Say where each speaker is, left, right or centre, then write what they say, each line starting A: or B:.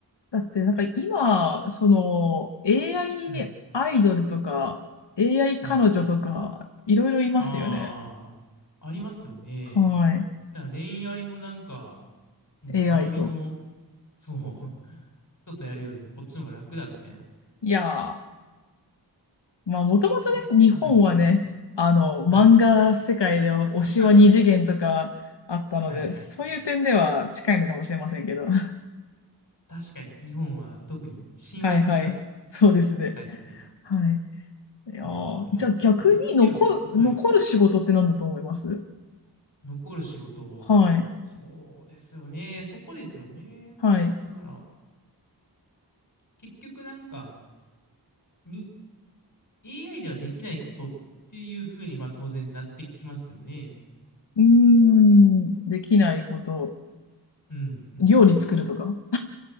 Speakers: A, on the left (about 90°); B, on the left (about 50°).
A: だって、なんか今、その、AI アイアイドルとか、
B: はい。
A: AI
B: はい。
A: 彼女とか、いろいろいますよね。
B: ああ、ありますよね。
A: はい。
B: だから恋愛もなんか、もう生身の、
A: AI と。
B: そう、<laughs> 人とやるよりもこっちの方が楽だみたいな。
A: いやー、まあ、もともとね、
B: 傷つかないし。
A: 日本はね、あの、
B: はい。
A: 漫画世界では推しは二次元とかあったので、
B: <laughs> はいはい。
A: そういう点では近いのかもしれませんけど。<laughs>
B: 確かに日本は特に親和性が
A: はいはい。そうですね。
B: 高いですね。
A: はい。いやーじゃあ逆に残、
B: ああ、いや、どうなってるんですかね。はい。
A: 残る仕事って何だと思います
B: 残る仕事を。
A: はい。
B: そうですよね。そこですよね。
A: はい。
B: だから、結局なんか、に、AI ではできないことっていうふうに、まあ当然なってきますよね。
A: うーん、できないこと、
B: うん、うん。
A: 料理作るとか。